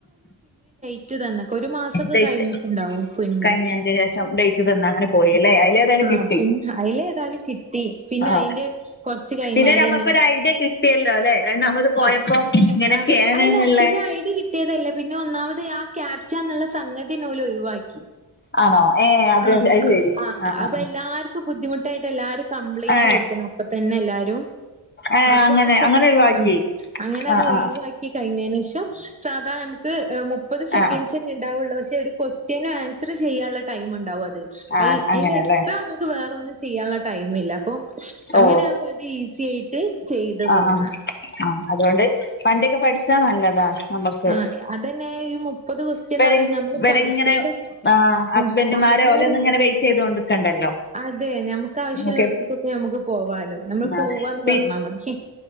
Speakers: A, on the right (about 15°); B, on the left (about 25°).
A: ക്റ്റ് തന്നെക്ക് ഒര് മാസൊക്കെ
B: ഡേറ്റ്
A: കഴിഞ്ഞിട്ട്ണ്ടാവും പിന്നെ,
B: കഴിഞ്ഞതിന് ശേഷം ഡേറ്റ് തിന്ന് അങ്ങനെ പോയി അല്ലേ അതിലേതായാലും
A: ആഹ്
B: കിട്ടി
A: പിന്നെ അയില് ഏതായാലും കിട്ടി. പിന്നെ
B: ആ
A: അയിന്റെ കൊർ ച്ച് കഴിഞ്ഞാരെ
B: പിന്നെ നമുക്കൊരു
A: ആണ്
B: ഐഡിയ കിട്ടിയല്ലോ അല്ലെ
A: <inaudible>
B: രണ്ടാമത് പോയപ്പോ ഇങ്ങനെയൊക്കെയാണ്
A: അതെ അയില്
B: എന്നുള്ള
A: അയ് പിന്നെ ഐഡി കി ട്ടിയതല്ലെ പിന്നെ ഒന്നാമത് ആഹ് ക്യാപ്ച്ചാന്ന്ള്ള സംഗതിന്നെ ഓല് ഒഴിവാക്കി.
B: ആണോ ഏ അത്
A: ആഹ്
B: അത് ശരി
A: ആഹ്
B: ആ ആ
A: അപ്പ എല്ലാര്ക്ക് ബുദ്ധിമു ട്ടായിട്ട് എല്ലാര് കംപ്ലയിന്റ്
B: ആ. ഏ
A: കൊട്ക്കണം അപ്പ തന്നെ എല്ലാര്
B: ഏ
A: അപ്പൊ
B: അങ്ങനെ
A: ആഹ് ക്യാപ്ച്ച
B: അങ്ങനെ ഒഴിവാക്കി
A: അങ്ങനെ അത്
B: ആ
A: ഒഴിവാക്കി
B: ആ
A: കഴിഞ്ഞെനേഷം സാധാ നമക്ക് മുപ്പത് സെക്കൻസ്ന്നെ
B: ആ
A: ഇണ്ടാവുള്ളൂ പക്ഷെ ഒര് ക്വസ്റ്റന് ആൻസറ് ചെയ്യാള്ള ടൈം ഇണ്ടാവു അത്.
B: ആ
A: അയി അയിന്റെ
B: അങ്ങനല്ലേ
A: എക്സ്ട്രാ നമക്ക് വേറൊന്ന് ചെയ്യാള്ള ടൈമ് ഇല്ല. അപ്പൊ, അങ്ങനെ
B: ഓ
A: ആവുമ്പത് ഈസി ആയിട്ട് ചെയ്ത്
B: ആ
A: പോന്ന്.
B: ആ ആ അതുകൊണ്ട് വണ്ടിയൊക്കെ പഠിച്ചാൽ നല്ലതാ. നമുക്ക്
A: ആഹ് അതെ അത് തന്നെയായാലും. മുപ്പത് ദിവസത്തിന്
B: ഇവര്
A: ആണേൽ ഞമ്മള്
B: ഇവരിങ്ങനെ
A: പഠിക്കേണ്ടത്
B: ആ ഹസ്ബൻഡുമാരെ
A: ആഹ് അറുനൂറും.
B: ഓലൊന്നും ഇങ്ങനെ വെയിറ്റ് ചെയ്തോണ്ട്ക്കണ്ടല്ലോ
A: അതെ ഞമ്മുക്ക് ആവശ്യമുള്ളിടത്ത്
B: നമുക്ക്
A: ഒക്കെ ഞമ്മുക്ക് പോവാലോ, നമ്മള്
B: ആ
A: പോവാന്ന്
B: പി
A: പറഞ്ഞാൽ മതി.